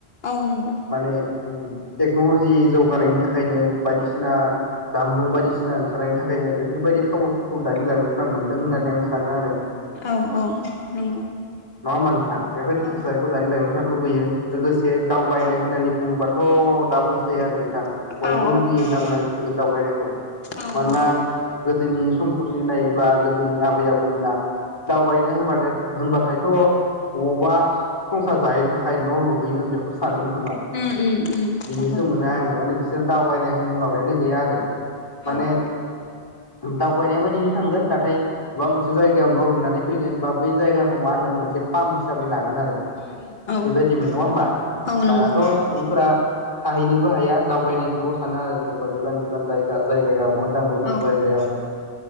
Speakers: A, on the left; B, on the left.
A: औ नंगौ
B: माने अम टेक्नलजि जौगानायनि थाखायनो बायदिसिना जामबुं बायदिसिना ओंखारनायनि थाखायनो बेफोरबायदि खाबुफोरखौ दानि लाइमोनफोरा मोनदों होननानै आं सानो आरो। नंङा
A: औ औ नंगौ
B: होमबा नोंथां बेबायदि
A: औ नंगौ औ
B: थासारिखौ दानि लाइमोनफोरा लुबैयो लोगोसे दावबायनाय होननानै बुंङोबाथ' आरो नोंथां बयबो
A: औ औ
B: लुुबैयो होनना बुंनागोन दावबायनायखौ
A: औ
B: मानोना
A: औ
B: गोदोनि समखौ जुदि नायोब्ला गोदोनि आबै आबौमोना दावबायनो होनबाथाय होनबाथायथ' अबावबा संसार जाहैनो थाखाय न' लुहैनो बेखौ सानोमोनखोमा
A: उम उम उम
B: बिदि
A: नंगौ
B: माने बिसोरनो दावबायनाय होननाय माबायानो गैया आरो माने
A: औ
B: दावबायनाय बायदिनो थांगोन नाथाय माबा मोनसे जायगायाव न' लुनानै फैगोन बा बै जायगाखौ मा होनो मोनसे पाम्प हिसाबै लागोन आरो
A: उम उम औ
B: बेबायदिमोन नंङा होमबा
A: औ
B: दानाथ'
A: नंगौ औ
B: सुबुंफोरा थाहैनोबो हाया दावबायनायखौल' सानो आरो जेनेबा गोजान गोजान जायगा जायगायाव मोजां मोजां
A: औ नंगौ
B: जायगायाव